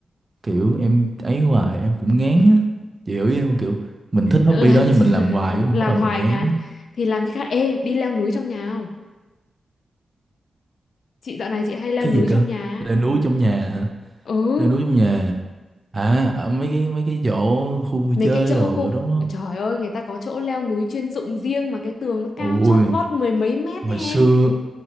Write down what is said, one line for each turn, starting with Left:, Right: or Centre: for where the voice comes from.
Right: kiểu em ấy hoài em cũng ngán á. Chị hiểu ý em không? kiểu mình thích hobby
Left: Là
Right: đó
Left: <laughs>
Right: nhưng mình làm hoài cái mình
Left: làm
Right: bắt đầu mình
Left: hoài
Right: ngán.
Left: ngán thì làm cái khác. Ê, đi leo núi trong nhà không? Chị dạo này chị hay leo
Right: Cái
Left: núi
Right: gì cơ?
Left: trong nhà. á.
Right: Leo núi trong nhà hả?
Left: Ừ.
Right: Leo núi trong nhà À, ở mấy cái mấy cái chỗ khu vui
Left: mấy
Right: chơi
Left: cái chỗ
Right: đồ
Left: khu
Right: đó đúng không?
Left: trời ơi người ta có chỗ leo núi chuyên dụng riêng mà cái tường nó cao
Right: Ôi,
Left: chót vót mười mấy mét
Right: hồi
Left: đấy em
Right: xưa